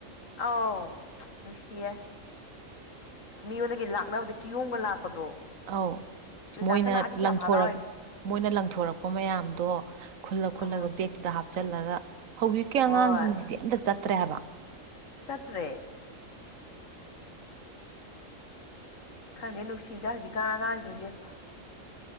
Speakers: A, on the left; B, on the right.
A: ꯑꯥꯎ ꯅꯨꯡꯁꯤꯌꯦ ꯃꯤꯉꯣꯟꯗꯒꯤ ꯂꯥꯛꯅꯕꯗ ꯀꯤꯌꯣꯝꯒ ꯂꯥꯛꯄꯗꯣ
B: ꯑꯧ
A: ꯆꯨꯖꯥꯛꯀ
B: ꯃꯣꯏꯅ
A: ꯂꯥꯛꯑꯗꯤ ꯀꯌꯥꯝ
B: ꯂꯪꯊꯣꯔꯛ
A: ꯍꯔꯥꯎꯔꯤꯅꯣ
B: ꯃꯣꯏꯅ ꯂꯪꯊꯣꯔꯛꯄ ꯃꯌꯥꯝꯗꯣ ꯈꯨꯜꯂ ꯈꯨꯜꯂꯒ
A: ꯑ
B: ꯕꯦꯛꯇꯨꯗ ꯍꯥꯞ ꯆꯜꯂꯒ ꯍꯧꯖꯤꯛꯀꯤ
A: ꯍꯣꯏ
B: ꯑꯉꯥꯡ ꯖꯤꯡꯖꯤꯗꯤ ꯑꯝꯇ ꯆꯠꯇ꯭ꯔꯦ ꯍꯥꯏꯕ
A: ꯆꯠꯇ꯭ꯔꯦ ꯈꯪꯗꯦ ꯅꯨꯡꯁꯤꯗ ꯍꯧꯖꯤꯛꯀꯥꯟ ꯑꯉꯥꯡꯁꯤꯡꯁꯦ